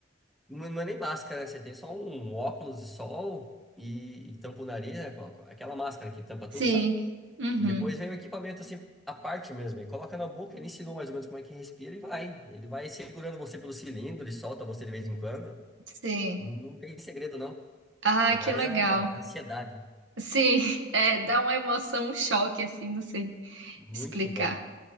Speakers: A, in the centre; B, on the right.
A: Não, não é nem máscara, né? Você tem só um óculos de sol e, e tampa o nariz, né? com- com Aquela máscara que tampa tudo,
B: Sim.
A: sabe?
B: Uhum.
A: E depois vem o equipamento, assim, à parte mesmo. E coloca na boca, ele ensinou mais ou menos como é que respira e vai. Ele vai segurando você pelo cilindro, ele solta você de vez em quando.
B: Sim.
A: Não, não tem segredo, não.
B: Ah,
A: É mais
B: que legal.
A: a a ansiedade.
B: Sim. <laughs> É, dá uma emoção, um choque, assim, não sei
A: Muito
B: explicar.
A: bom.